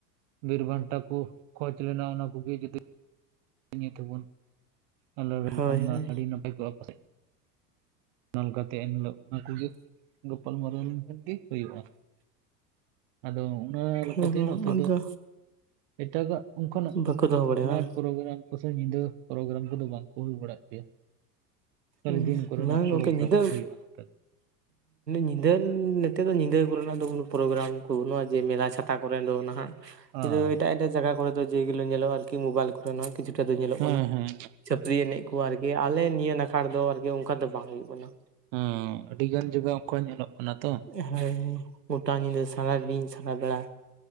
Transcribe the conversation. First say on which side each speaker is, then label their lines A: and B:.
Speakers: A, on the right (about 50°); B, on the right (about 85°).
A: ᱵᱤᱨ ᱵᱟᱱᱴᱟ ᱠᱚ ᱠᱷᱚᱡᱽ ᱞᱮᱱᱟ ᱾ ᱚᱱᱟ ᱠᱚᱜᱮ ᱡᱩᱫᱤ ᱱᱤᱛ ᱦᱚᱵᱩᱱ ᱟᱞᱚ
B: ᱦᱳᱭ
A: ᱞᱮᱠᱷᱟᱱ ᱢᱟ
B: ᱦᱳᱭ
A: ᱟᱹᱰᱤ ᱱᱟᱯᱟᱭ ᱠᱚᱜᱼᱟ ᱯᱟᱥᱮᱡ᱾ ᱚᱱᱠᱟ ᱛᱮ ᱮᱱᱦᱤᱞᱳᱜ ᱚᱱᱟ ᱠᱚᱜᱮ ᱜᱳᱯᱟᱞᱢᱟᱨᱟᱣ ᱞᱮᱠᱷᱟᱱ ᱜᱮ ᱦᱩᱭᱩᱜᱼᱟ᱾ ᱟᱫᱚ ᱩᱱ ᱚᱱᱟ ᱞᱮᱠᱟᱛᱮ
B: ᱦᱩᱸ
A: ᱱᱚᱛᱮ
B: ᱟᱫᱚ
A: ᱫᱚ ᱮᱴᱟᱜᱟᱜ, ᱚᱱᱠᱟᱱᱟᱜ
B: ᱵᱟᱠᱚ ᱫᱚᱦᱚ ᱵᱟᱲᱟᱭᱟ
A: ᱱᱟᱴ
B: ᱵᱟᱝ
A: ᱯᱨᱚᱜᱨᱟᱢ ᱯᱟᱥᱮ ᱧᱤᱫᱟᱹ ᱯᱨᱳᱜᱨᱟᱢ ᱠᱚᱫᱚ ᱵᱟᱝ ᱠᱚ ᱦᱳᱭ ᱵᱟᱲᱟᱜ ᱯᱮᱭᱼᱟ ᱠᱷᱟᱞᱤ
B: ᱦᱩᱸ
A: ᱫᱤᱱ ᱠᱚᱨᱮᱱᱟᱜ
B: ᱵᱟᱝ
A: ᱯᱨᱳᱜᱨᱟᱢ
B: ᱜᱚᱝᱠᱮ ᱧᱤᱫᱟᱹ
A: ᱜᱮ ᱦᱳᱭᱳᱜᱼᱟ ᱱᱚᱛᱮ
B: ᱧᱤᱫᱟᱹ ᱱᱮᱛᱮ ᱫᱚ ᱧᱤᱫᱟᱹ ᱠᱚᱨᱮᱱᱟᱜ ᱫᱚ ᱠᱳᱱᱳ ᱯᱨᱳᱜᱨᱟᱢ ᱠᱚ ᱵᱟᱱᱩᱹᱜ ᱟ, ᱡᱮ ᱢᱮᱞᱟ ᱪᱷᱟᱛᱟ ᱠᱚᱨᱮ ᱫᱚ ᱱᱟᱦᱟᱜ
A: ᱦᱳᱭ
B: ᱱᱤᱛᱚᱜ ᱫᱚ ᱮᱴᱟᱜ ᱮᱴᱟᱜ ᱡᱟᱜᱟ ᱠᱚᱨᱮ ᱫᱚ ᱡᱮ ᱜᱩᱞᱚ ᱧᱮᱞᱚᱜᱼᱟ ᱟᱨᱠᱤ ᱢᱳᱵᱟᱭᱤᱞ ᱠᱚᱨᱮ ᱦᱚᱸ ᱠᱤᱪᱷᱩ ᱨᱮ ᱫᱚ ᱧᱮᱞᱚᱜ
A: ᱦᱮᱸ
B: ᱠᱟᱱᱟ
A: ᱦᱮᱸ
B: ᱪᱷᱟᱹᱯᱨᱤ ᱮᱱᱮᱡ ᱠᱚ ᱟᱨᱠᱤ ᱟᱞᱮ ᱱᱤᱭᱟᱹ ᱱᱟᱠᱷᱟ ᱨᱮ ᱫᱚ ᱟᱨᱠᱤ ᱚᱱᱠᱟ ᱫᱚ ᱵᱟᱝ ᱦᱩᱭᱩᱜ ᱠᱟᱱᱟ
A: ᱦᱩᱸ ᱟᱹᱰᱤ ᱜᱟᱱ ᱡᱟᱜᱟ ᱚᱱᱠᱟ ᱧᱮᱞᱚᱜ ᱠᱟᱱᱟ ᱛᱚ
B: ᱦᱮᱸ ᱜᱚᱴᱟ ᱧᱤᱫᱟᱹ ᱥᱟᱨᱟ ᱫᱤᱱ ᱥᱟᱨᱟ ᱵᱮᱲᱟ